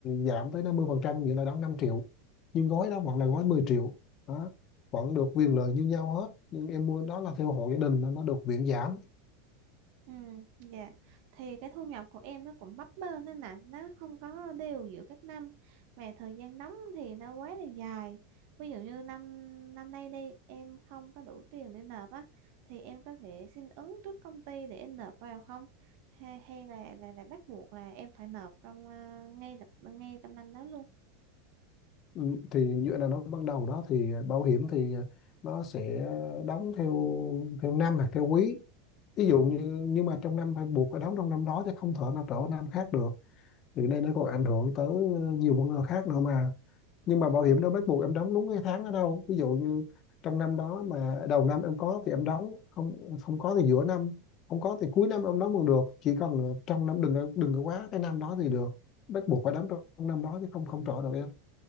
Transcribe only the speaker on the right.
Ừ, dạ. Thì cái thu nhập của em nó cũng bấp bênh nên là nó không có đều giữa các năm mà thời gian đóng thì nó quá là dài. Ví dụ như năm năm nay đi em không có đủ tiền để nộp á thì em có thể xin ứng trước công ty để em nộp vào không? Hay hay là là, là bắt buộc là em phải nộp trong ờ, ngay lập ngay trong năm đó luôn?